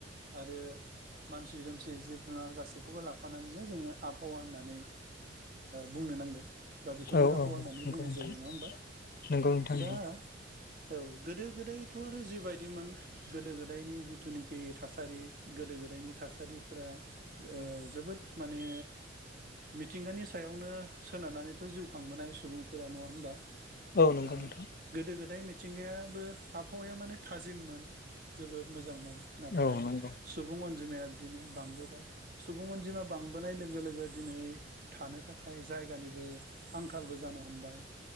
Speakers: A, on the right (about 50°); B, on the left (about 50°).
A: आरो मानसि दोमसि जिब जुनार गासैखौबो लाफानानैनो जोङो आबहावा होननानै बुंनो नांगोन बा बेखौनो
B: औ
A: आबहावा
B: औ
A: होननानै
B: नंगौ
A: बुंनाय
B: नोंथां
A: जायो नङा होमबा
B: नंगौ नोंथां नंगौ
A: दा औ गोदो गोदायथ' आरो जिबायदिमोन गोदो गोदाय दायनि जिथुनाखि थासारि गोदो गोदायनि थासारिफोरा ओ जोबोद माने मिथिंगानि सायावनो सोनारनानैथ'जिउ खांबोनाय सुबुंफोरा नङा होमबा
B: औ
A: दा
B: नंगौ नोंथां
A: गोदो गोदाय मिथिंगायाबो आबहावाया माने थाजिममोन जोबोद मोजांमोन नाथाय
B: औ नंगौ
A: सुबुं अनजिमाया बिदिनो बांबोबाय सुबुं अनजिमा बांबोनाय लोगो लोगो दिनै थानो थाखाय जायगानि। आंखालबो जानो हमबाय